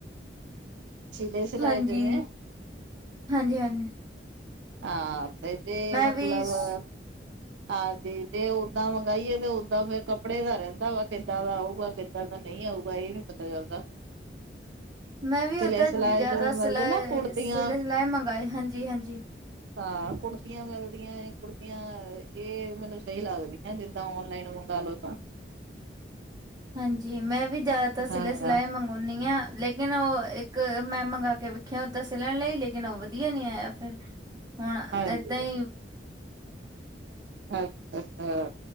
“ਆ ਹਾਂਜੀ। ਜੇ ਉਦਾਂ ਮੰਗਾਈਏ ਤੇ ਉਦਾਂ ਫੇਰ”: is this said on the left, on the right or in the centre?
Right